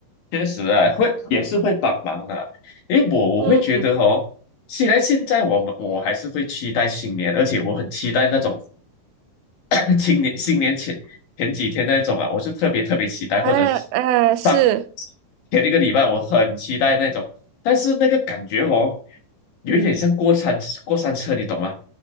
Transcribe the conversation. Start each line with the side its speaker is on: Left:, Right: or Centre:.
Left: 确实啊，会也是会帮忙的。因为我我会觉得哦，
Right: 嗯
Left: 虽然现在我们我还是会期待新年，而且我很期待那种 <coughs> 新年新年前前几天那种啊，我是特别特别期待，
Right: 啊啊，
Left: 或者是
Right: 是
Left: 上前一个礼拜我很期待那种，但是那个感觉哦，有一点像过山过山车，你懂吗？